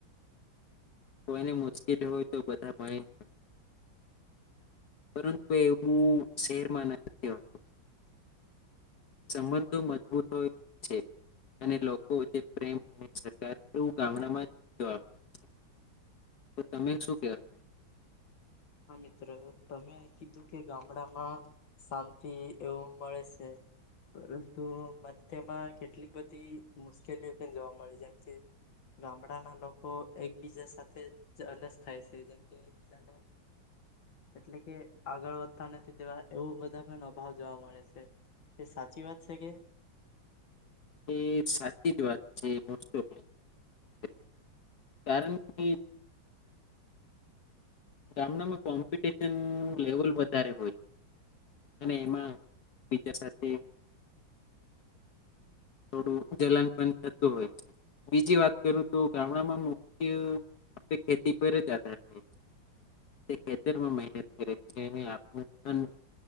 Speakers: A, on the left; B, on the left.
A: કોઈ ને મોં <unintelligible> હોય તો બધા ભાઈ પરંતુ કે એવું શેરમાં નથી રેવાનું સંબંધો મજબૂત હોય છે અને લોકો વચ્ચે પ્રેમ અને સરકાર એવું ગામડામાં <inaudible> તો તમે શું કહેવા
B: હા મિત્રતમે કીધું કે ગામડામાં શાંતિ એવું મળે શે પરંતુ મને તેમાં કેટલીક બધી મુશ્કેલીઓ પણ જોવા મળે જેમકે ગામડાના લોકો એકબીજા સાથે જલસ થાય છે જેમકે એકબીજાને એટલે કે આગળ વધતા નથી દેવા એવું બધા પણ અભાવ જોવા મળે છે એ સાચી વાત છે કે
A: એ સાચી જ વાત છે <unintelligible> કારણ કે ગામમાં કોમ્પિટશન લેવલ વધારે હોય છે અને એમાં બીજા સાથે થોડું જલન પણ થતું હોય છે બીજી વાત કરું તો ગામડામાં મુખ્ય ખેતી પર જ આધાર છે તે ખેતરમાં મહેનત કરે ગામમાં